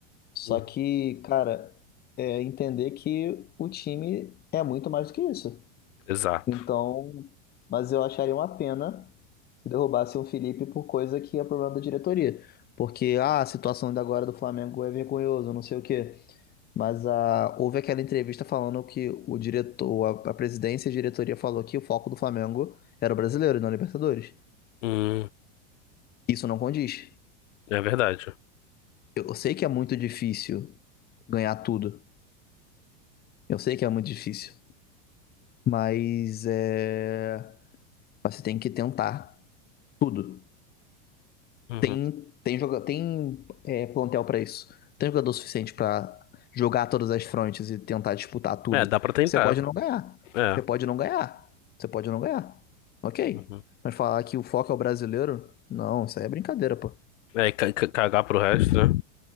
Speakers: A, on the left (about 25°); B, on the left (about 70°).
A: Só
B: Uhum.
A: que, cara, é entender que o time é muito mais do que isso.
B: Exato.
A: Então, mas eu acharia uma pena se derrubasse o Felipe por coisa que é problema da diretoria. Porque, ah, a situação da agora do Flamengo é vergonhosa, não sei o quê. Mas ah, houve aquela entrevista falando que o diretor, a, a presidência e a diretoria falou que o foco do Flamengo era o brasileiro e não a Libertadores.
B: Uhum.
A: Isso não condiz.
B: É verdade.
A: Eu eu sei que é muito difícil ganhar tudo. Eu sei que é muito difícil. Mas é. você tem que tentar tudo.
B: Uhum.
A: Tem, tem, joga... tem é, plantel pra isso. Tem jogador suficiente pra jogar todas as frontes e tentar disputar tudo.
B: É, dá pra tentar.
A: Você pode não ganhar.
B: É.
A: Você pode não ganhar. Você pode não ganhar. Ok.
B: Uhum.
A: Mas falar que o foco é o brasileiro? Não, isso aí é brincadeira, pô.
B: É, e ca- ca- cagar pro resto, né?